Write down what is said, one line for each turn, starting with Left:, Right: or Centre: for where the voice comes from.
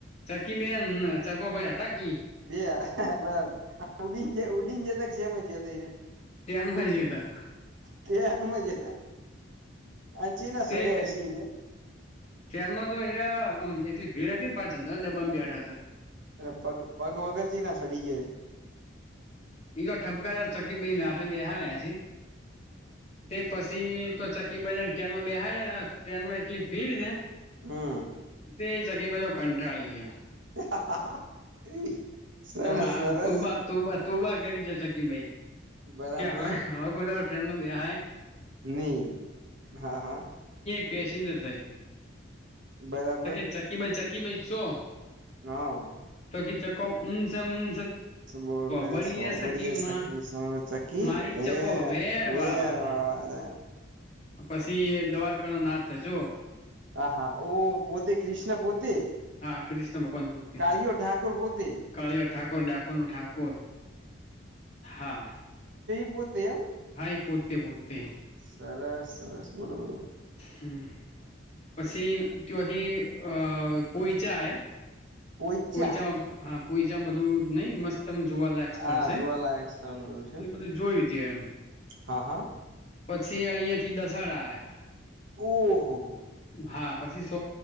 Left: ચકી બેન ચકો ભાઈ હતા કે
Right: બે બરાબર ઉડી ઉડીને જતામ જતો એ રે
Left: ટ્રેનમાં જયા તા
Right: તેાર મજે આચી ના
Left: તે
Right: સડી હસી રે
Left: ટ્રેનમાં તો એરામ એટલી ભીડ હતી, ને પાંચ જ ત્યા બ બેઠા હતા.
Right: અરે પગ પગ વગરથી ના સડી ગયા છે,
Left: એ ઠપકા ચકી બ ના બેહાર આ છે, તે પછી તો ચ બને ટ્રેનમાં બેહાર ને ટ્રેનમાં એટલી ભીડ ને
Right: હમ્મ
Left: તે ચકીબધો કંટાળી ગયા
Right: <unintelligible> સરસ
Left: ના આમ
Right: સરસ
Left: તું બા તુંત તું બા કરી જ શકી ભાઈ
Right: બરાબર
Left: કે હવે હવે કોઈ ટ્રેનમાં બેએ
Right: નહી હા હા
Left: પેસજર થજું તો
Right: બરાબર
Left: કે ચકી માઈ ચકી માય ચો?
Right: હા
Left: ક ચકો ઉનસ
Right: બોલે
Left: બળીએ
Right: સો
Left: સકી
Right: બય
Left: માં
Right: ચકી
Left: મારી ચકો
Right: એ ાર
Left: વેર વાળવા છે.
Right: વાળ વા જાય
Left: પછી દવાખા નો નાદ થજ
Right: હ હા ઓ પોતે કૃષ્ણા પોતે
Left: હા કૃષ્ણ ભગવાન પુતિ
Right: કાળિયો ઠાકોર પોતે
Left: કાળિયો ઠાકોર ડાકોર નું ઠાકોર હા
Right: મુદય
Left: હાાઈ પોતે પોતે
Right: સરસ સરસ બોલો બોલો
Left: હમ પછી ત હથી અ પોઈચા આ
Right: પોઈચા
Left: પોઈચામાં હા પોઈચામાં બધું નહી મસ્ત એકમ જોવાલાયક સ્થળ
Right: આ
Left: છે
Right: જોવાલાયક
Left: એટલે
Right: સ્થળને છે.
Left: બધું જોયું તે એમ
Right: હા હા
Left: પછી અહિયાં થી દસાડા આયા
Right: હહહ
Left: હા પછી સ